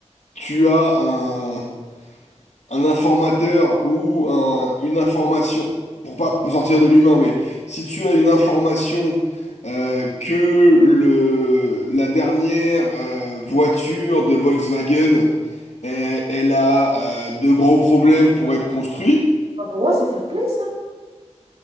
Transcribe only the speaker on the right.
pour moi, c'est fair play, ça.